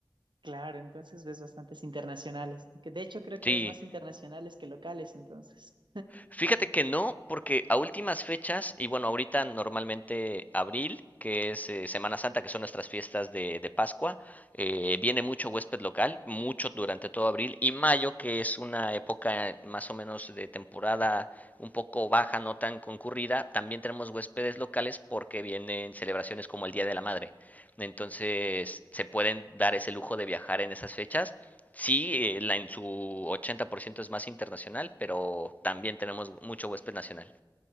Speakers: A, on the right; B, on the left.
A: Claro, entonces ves bastantes internacionales, que de hecho creo que
B: Sí,
A: ves más internacionales que locales, entonces.
B: Fíjate que no, porque a últimas fechas, y bueno, ahorita normalmente abril, que es eh, Semana Santa, que son nuestras fiestas de, de Pascua, eh, viene mucho huésped local, mucho durante todo abril, y mayo, que es una época más o menos de temporada un poco baja, no tan concurrida, también tenemos huéspedes locales porque vienen celebraciones como el Día de la Madre. Entonces, se pueden dar ese lujo de viajar en esas fechas Sí, eh, la, en su 80% es más internacional, pero también tenemos mucho huésped nacional.